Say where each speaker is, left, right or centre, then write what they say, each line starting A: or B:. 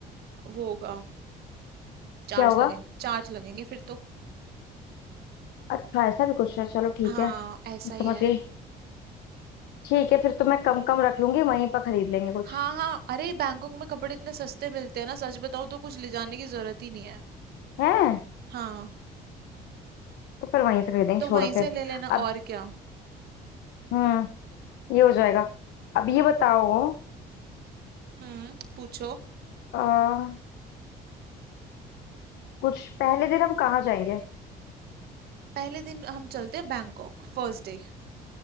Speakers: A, on the right (about 70°); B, on the left (about 85°).
A: वो होगा चार्ज
B: क्या होगा
A: लगेंगे चार्ज लगेंगे फिर तो
B: अच्छा ऐसा भी कुछ है चलो ठीक
A: हाँ
B: है
A: ऐसा ही
B: समझ
A: है
B: गई ठीक है फिर तो मैं कम कम रख लूंगी वहीं पर खरीद लेंगे कुछ
A: हाँ हाँ अरे बैंकॉक में कपड़े इतने सस्ते मिलते हैं ना सच बताओ तो कुछ ले जाने की जरूरत ही नहीं है
B: है
A: हाँ
B: तो फिर वहीं से खरीदेंगे
A: तो
B: छोड़ो
A: वहीं
B: फिर
A: से ले लेना
B: अब
A: और क्या
B: हम्म ये हो जाएगा अब ये बताओ
A: हम्म पूछो
B: आ, कुछ पहले दिन हम कहाँ जाएंगे
A: पहले दिन हम चलते हैं बैंकॉक फर्स्ट डे